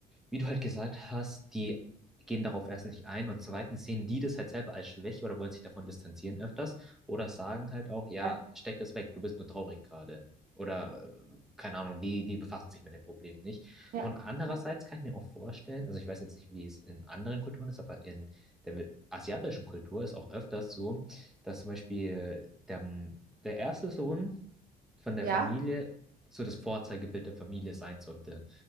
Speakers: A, in the centre; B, on the right.
A: wie du halt gesagt hast, die gehen darauf erstens nicht ein und zweitens sehen die das halt selber als Schwäche oder wollen sich davon distanzieren öfters oder sagen halt auch, ja,
B: Ja,
A: steck das weg, du bist nur traurig gerade. Oder äh, keine Ahnung, die, die befassen sich mit dem Problem nicht.
B: ja,
A: Und andererseits
B: ja,
A: kann ich mir auch vorstellen, also ich weiß jetzt nicht, wie es in anderen Kulturen ist, aber in der asiatischen Kultur ist auch öfters so, dass zum Beispiel der, der erste Sohn von der
B: Ja.
A: Familie so das Vorzeigebild der Familie sein sollte.